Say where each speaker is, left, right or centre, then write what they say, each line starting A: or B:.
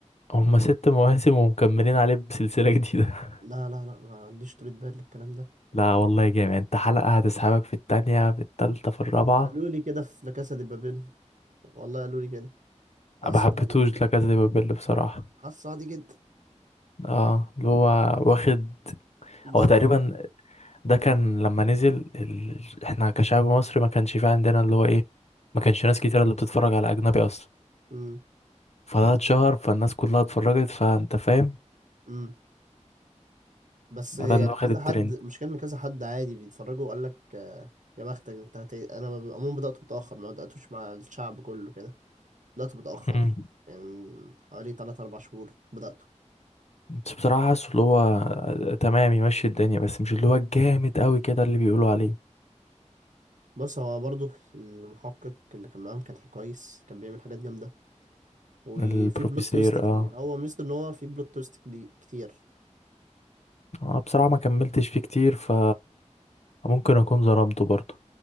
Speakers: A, on the left; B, on the right.
A: هما ست <laughs> مواسم ومكملين عليه بسلسلة جديدة
B: لا لا لا ما عنديش طولة بال للكلام ده
A: <laughs> لا والله جامد انت حلقة هتسحبك في التانية في التالتة في الرابعة
B: قالوا لي كده في لا كاسا دي بابيل والله قالوا لي كده فحسيته
A: ما حبيتهوش
B: عادي جدا
A: لا كاسا دي بابيل بصراحة
B: حاسه عادي جدا
A: اه اللي هو واخد
B: ضجة
A: هو تقريبا ده كان لما نزل ال... احنا كشعب مصري ما كانش في عندنا اللي هو ايه ما كانش ناس كتير اللي بتتفرج على اجنبي اصلا
B: امم
A: فده اتشهر فالناس كلها اتفرجت فانت فاهم
B: امم بس يعني
A: آه، ده اللي واخد
B: كذا
A: الترند
B: حد مش كان كذا حد عادي بيتفرجوا وقال لك آه، يا بختك انت هت... انا ب- عموما بدأت متأخر ما بدأتوش مع الشعب كله كده بدأت متأخر
A: مم.
B: يعني من حوالي 3 4 شهور بدأته
A: بس بصراحة حاسه اللي هو آه، تمام يمشي الدنيا بس مش اللي هو الجامد قوي كده اللي بيقولوا عليه
B: بص هو برضه المحقق اللي كان معاهم كان كويس كان بيعمل حاجات جامدة وفي
A: البروفيسير
B: بلوت تويست كتير
A: اه
B: هو ميزته ان هو في بلوت تويست دي كتير
A: آه، بصراحة ما كملتش فيه كتير ف ممكن اكون ظلمته برضه